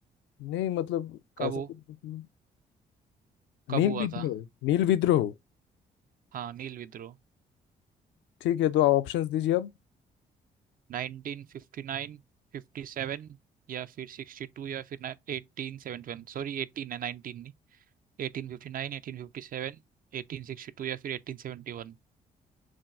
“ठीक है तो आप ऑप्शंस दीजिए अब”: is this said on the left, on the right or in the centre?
Left